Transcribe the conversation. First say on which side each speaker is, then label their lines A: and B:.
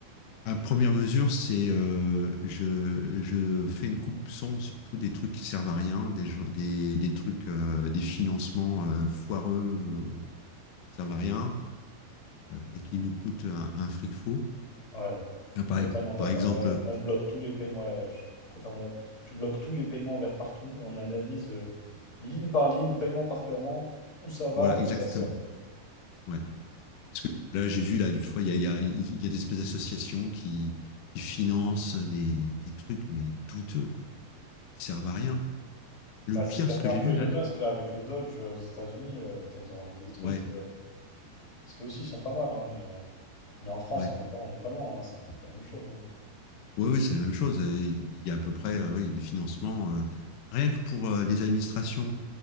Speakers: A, on the left; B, on the left.
A: À première mesure, c'est euh, je, je fais une coupe sombre sur tous des trucs qui servent à rien, des, gens- des, des trucs, euh, des financements euh, foireux euh, qui servent à rien euh, et qui nous coûtent un, un fric fou.
B: Ouais,
A: Là, Par,
B: totalement
A: ex-
B: d'accord.
A: par exemple,
B: ouais. ouais. Moi, je bloque tous les paiements. Ouais, ouais, je suis totalement d'accord. Tu bloques tous les paiements vers partout et on analyse euh, ligne par ligne, paiement par paiement, où ça va,
A: voilà,
B: à quoi
A: exactement.
B: ça sert.
A: Ouais. Parce que là, j'ai vu, là, l'autre fois, il y a, il y a, il y a des espèces d'associations qui, qui financent des, des trucs, mais douteux, quoi, qui servent à rien. Le
B: Bah,
A: pire,
B: c'est ce qu'a
A: ce
B: fait
A: que
B: un
A: j'ai
B: peu
A: vu,
B: Elon
A: là,
B: Musk là avec le Dodge euh, aux États-Unis. euh, putain, ils ont enlevé des trucs.
A: ouais,
B: euh, parce que aussi, ils sont pas mal, hein, mais euh, Mais en France,
A: ouais.
B: on n'est pas, on n'est pas loin, hein, c'est à peu près la même chose. hein.
A: Oui, oui, c'est la même chose. Euh, Il y a à peu près euh, oui, du financement. euh, rien que pour euh, les administrations,